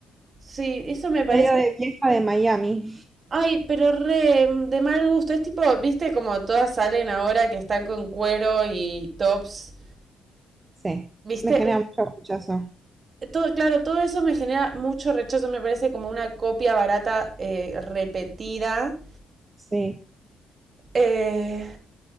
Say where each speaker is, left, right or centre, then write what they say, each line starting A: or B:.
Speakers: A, on the right; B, on the right.
A: Sí, eso me parece.
B: medio de vieja de Miami.
A: Ay, pero re de mal gusto. Es tipo, ¿viste? Como todas salen ahora que están con cuero y tops.
B: Sí,
A: ¿Viste?
B: me genera mucho rechazo.
A: Todo, claro, todo eso me genera mucho rechazo, me parece como una copia barata eh, repetida.
B: Sí.
A: Eh,